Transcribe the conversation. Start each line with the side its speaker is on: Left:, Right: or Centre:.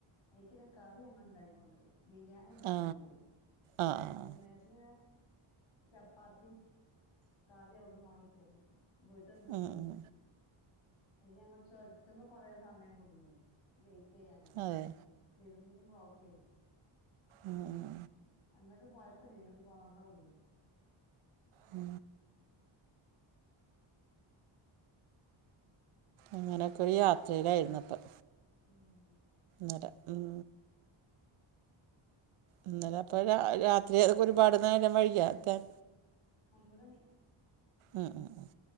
Left: അയ്ക്ക്ല്ലേ കറി ഞങ്ങള് ഇണ്ടാക്കിക്കോണ്ടോയി ബിരിയാണി ഇണ്ടാക്കിക്കൊണ്ടോയി
Right: ആ ആ ആ
Left: വൈകുന്നേരത്തിന്ള്ളേ
Right: ആ.
Left: ചപ്പാത്തീം കറി അവ്ട്ന്ന് വാങ്ങിപ്പോന്ന് ബീട്ട്ന്ന് തിന്ന്
Right: ഉം, ഉം.
Left: പിന്നെ ഞങ്ങള് ചൊര്ത്ത്മ്മൽ കൊറെേ സമയം കുടുങ്ങി വെയിറ്റ് ചെയ്യാന്
Right: അതെ
Left: പെരും ബ്ലോക്കേനി
Right: ആഹ് ആഹ്
Left: അങ്ങട്ട് പോയപല്യേനി ഇങ്ങട്ട് പോന്നപ്പളാ കുടുങ്ങിയത്
Right: ആ അങ്ങനെയൊക്കെ ഒരു യാത്രയിലായിന്നു പ്പം
Left: ഉം
Right: നര ഉം ഇന്നലെ എപ്പഴാ രാത്രി അതൊക്കെ ഒരുപാട് നേരം വൈകിയോ എത്താൻ
Left: ഒമ്പതണി
Right: ആഹ് ആഹ് ആഹ്